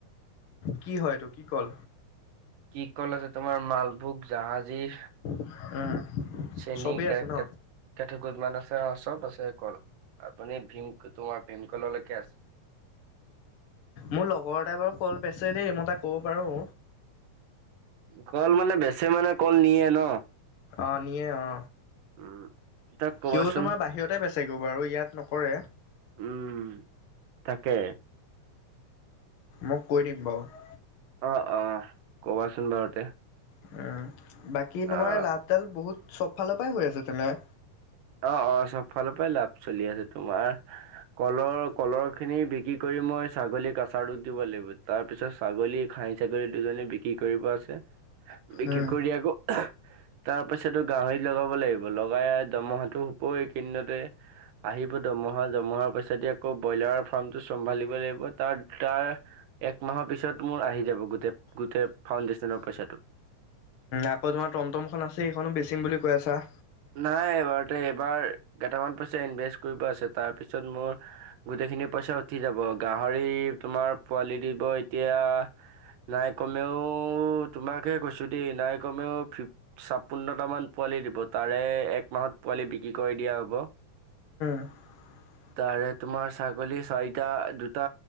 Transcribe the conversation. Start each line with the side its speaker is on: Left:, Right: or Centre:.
Left: কি হয়টো কি কল।
Right: কি কল আছে তোমাৰ মালভোগ জাহাজীৰ।
Left: উম।
Right: চেনি
Left: চবেই
Right: কেৰ
Left: আছে ন
Right: কক। কেঠু কুদমান আছে অ চব আছে কল আপুনি ভীম তোমাৰ ভীমকললৈকে আছে।
Left: মোৰ লগৰ এট বাৰু কল পাইছে দেই মই তই ক'ব পাৰোঁ।
Right: কল মানে বেচে মানে কল নিয়ে ন।
Left: আহ নিয়ে অ।
Right: উম তাক কবাচোন
Left: সিও তোমাৰ বাহিৰতে বেচেগৈ বাৰু ইয়াত নকৰে।
Right: উম তাকে।
Left: মোক কৈ দিম বাৰু।
Right: অ', অ', কবাচোন বাৰু তে।
Left: উ বাকী তোমাৰ
Right: অ।
Left: লাভডাল বহুত চব ফালৰ পৰাই হৈ আছে তেনে।
Right: অ', অ', চব ফালৰ পৰাই লাভ চলি আছে তোমাৰ। কলৰ কলৰ খিনি বিক্ৰী কৰি মই ছাগলী আচাৰোধ দিব লাগিব তাৰ পিছত ছাগলী খাই। ছাগলী দুজনী বিক্ৰী কৰিব আছে। বিক্ৰী
Left: উম
Right: কৰি আকৌ আ হ তাৰ পিছো গাহৰিত লগাব লাগিব লগাই দমহা। টো হপই এই কিনতে। আহিব দমুহা দমুহাৰ পিছতদি আকৌ ব্ৰইলাৰৰ ফাৰ্মটো চম্ভালিব লাগিব তাৰ তাৰ। এক মাহৰ পিছত মোৰ আহি যাব গোট গোটেই ফাউণ্ডেশ্যনৰ পইচাটো।
Left: আকৌ তোমাৰ টমটমখন আছে সেইখনো বেচিম বুলি কৈ আছা।
Right: নাই এইবাৰতে এইবাৰ কেইটামান পইচা ইনভেষ্ট কৰিব আছে তাৰপিছত মোৰ। গোটেইখিনি পইচা উঠি যাব গাহৰি তোমাৰ পোৱালি দিব এতিয়া। নাই কমেওঁ তোমাকহে কৈছোঁ দেই নাই কমেওঁ ফ। ছাপন্নটামান পোৱালি দিব তাৰে এক মাহত পোৱালি বিক্ৰী কৰি দিয়া হ'ব।
Left: <inaudible>
Right: তাৰে তোমাৰ ছাগলী চাৰিটা দুটা